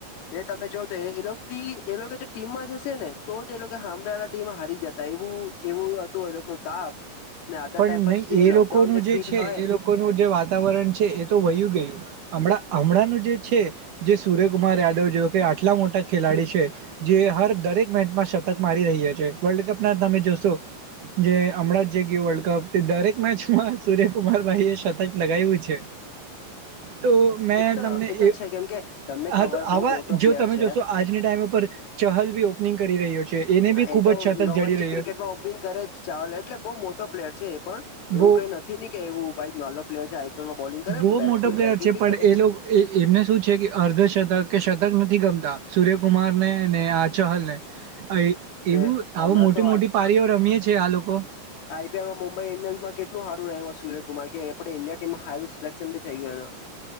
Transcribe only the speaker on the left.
એ તમે જો તો એજ એલોકથી એલોકો જે ટીમમાં જ હશે ને તો જ એ લોકો સાભે વાણા ટીમ હારી જતા એવું એવું હતું એ નું તાપ ને આજના
ટાઈમ પર
જે
લોકડાઉન
જે કીડ
હોય
એ તો
તો
છે કેમ કે તમને
ખબર
બહુ
મોટો પ્લેયર
છે
હા
એ
તો
ડોમેસ્ટિક
ક્રિકેટમાં ઓપનિંગ કરે છ ચહલ એટલે બહુ મોટો પ્લેયર છે એ પણ, એવું
કઈ નથી કે એવું કાઈ નાલો પ્લેયર છે આઈ પી એલમાં બોલિંગે
કરે બેટ્સમેન
બેટિંગ
એ કરે.
એ હમણાં
તો
આઈ પી એલમાં મુંબઈ ઈન્ડિયન્માં કેટલું હારું રઇમોં સર્ય કુમાર કે એપડે ઇન્ડિયા ટીમમાં હારું સિલેક્શન બી થઈ ગ્યું એનું.